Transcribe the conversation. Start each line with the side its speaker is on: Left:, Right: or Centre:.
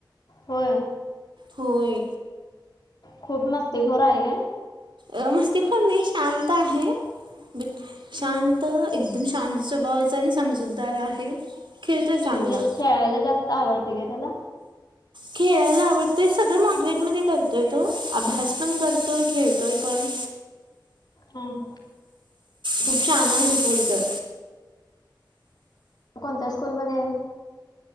Left: होय
Right: होय
Left: खूप मस्ती खोरा आहे का
Right: अ मस्ती खोर नाही शांत आहे बट शांत एकदम शांत स्वभावाच आणि समजूतदार आहे खेळतोय चांगला
Left: म्हणजे खेळायला जास्त आवडते का त्याला
Right: खेळायला आवडतय सगळं मोडरेट मध्ये करतोय तो अभ्यास पण करतोय खेळतोय पण
Left: हम्
Right: खूप छान आहे पोरग
Left: कोणत्या स्कूलमध्ये आहे